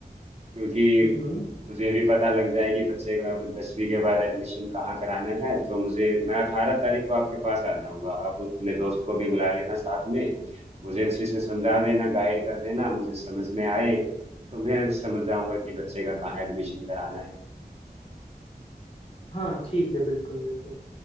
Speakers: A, on the right; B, on the left.
A: क्योंकि
B: हम्म हम्म
A: मुझे भी पता लग जाएगी बच्चे का अब दसवीं के बाद एडमिशन कहाँ कराना है तो मुझे मैं अठारह तारीख को आपके पास आ जाऊंगा आप अपने दोस्त को भी बुला लेना साथ में मुझे अच्छे से समझा देना गाइड कर देना मुझे समझ में आए तो मैं समझ जाऊंगा कि बच्चे का कहाँ एडमिशन कराना है
B: हाँ ठीक है बिल्कुल बिल्कुल